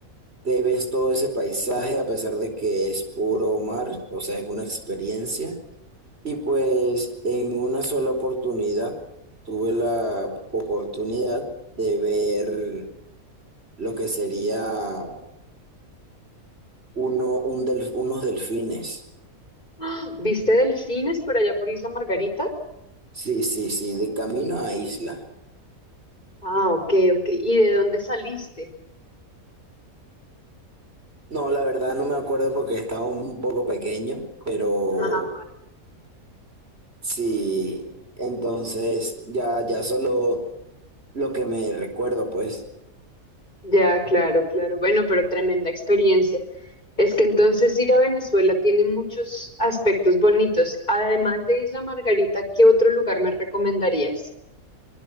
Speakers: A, on the right; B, on the left.
A: te ves todo ese paisaje a pesar de que es puro mar, o sea, es una experiencia. Y pues en una sola oportunidad tuve la oportunidad de ver lo que sería Uno, un delf- unos delfines.
B: <gasps> ¡Ah! ¿Viste delfines por allá por Isla Margarita?
A: Sí, sí, sí, de camino a isla.
B: Ah, ok, ok. ¿Y de dónde saliste?
A: No, la verdad no me acuerdo porque estaba un poco pequeño, pero
B: Ajá.
A: sí, entonces ya, ya solo lo que me recuerdo, pues.
B: Ya, claro, claro. Bueno, pero tremenda experiencia. Es que entonces ir a Venezuela tiene muchos aspectos bonitos. Además de Isla Margarita, ¿qué otro lugar me recomendarías?